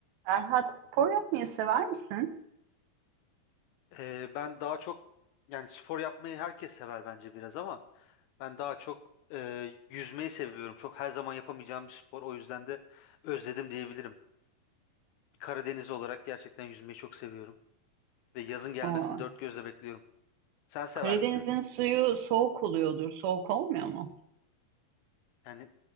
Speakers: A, on the right (about 80°); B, on the left (about 85°).
A: Serhat spor yapmayı sever misin?
B: Ee, ben daha çok yani spor yapmayı herkes sever bence biraz ama ben daha çok e, yüzmeyi seviyorum. Çok her zaman yapamayacağım bir spor. O yüzden de özledim diyebilirim. Karadenizli olarak gerçekten yüzmeyi çok seviyorum. Ve yazın gelmesini
A: Aa,
B: dört gözle bekliyorum. Sen sever
A: Karadeniz'in
B: misin?
A: suyu soğuk oluyordur. Soğuk olmuyor mu?
B: Yani